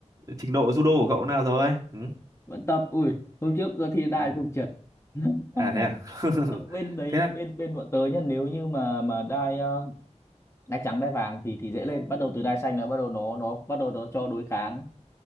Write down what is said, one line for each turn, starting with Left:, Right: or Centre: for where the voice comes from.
Right: trình độ judo của cậu nào rồi? Ừ.
Left: vẫn tập. Ui, hôm trước thì đai
Right: <laughs>
Left: cũng trượt. <laughs>
Right: À thế à? <laughs>
Left: Tập bên đấy
Right: Thế là
Left: bên bên bọn tớ nhá, nếu như mà mà đai ờ, đai trắng đai vàng thì thì dễ lên, bắt đầu từ đai xanh là bắt đầu nó nó bắt đầu nó cho đối kháng.